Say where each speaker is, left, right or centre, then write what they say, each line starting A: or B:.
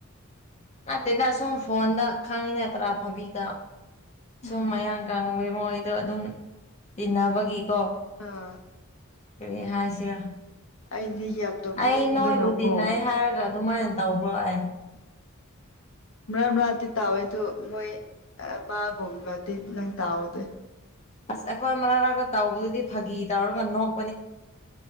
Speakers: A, on the left; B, on the left.
A: ꯅꯠꯇꯦꯗ ꯁꯨꯝ ꯐꯣꯟꯗ ꯈꯪꯉꯤ ꯅꯠꯇ꯭ꯔꯥ ꯐꯥꯕꯤꯗ ꯁꯨꯝ
B: ꯎꯝ
A: ꯃꯌꯥꯡ ꯀ‌ꯪꯕꯩ ꯃꯣꯏꯗ‌ꯣ ꯑꯗꯨꯝ ꯇꯤꯟꯅꯕꯒꯤ ꯀꯣ
B: ꯑꯥ
A: ꯀꯔꯤ ꯍꯥꯏꯁꯤꯔ
B: ꯑꯩꯗꯤ ꯌꯥꯝ ꯅꯣꯛꯅꯤꯡꯕꯅꯀꯣ
A: ꯑꯩ ꯅꯣꯏꯕꯨ ꯇꯤꯟꯅꯩ ꯍꯥꯏꯔꯒ ꯑꯗꯨꯃꯥꯏꯅ ꯇꯧꯕ꯭ꯔꯣ ꯑꯩ
B: ꯃ꯭ꯔ꯭ꯝꯔꯗꯤ ꯇꯧꯋ‌ꯦ ꯑꯗꯨ ꯃꯣꯏ ꯑ ꯃꯥꯕꯨ ꯃꯇꯤꯠ ꯅꯪ ꯇꯥꯎꯗꯦ
A: ꯑꯁ ꯑꯩꯈꯣꯏ ꯃꯔꯛ ꯃꯔꯛꯇ ꯇꯥꯎꯕꯗꯨꯗꯤ ꯐꯥꯒꯤ ꯇꯧꯔꯒ ꯅꯣꯛ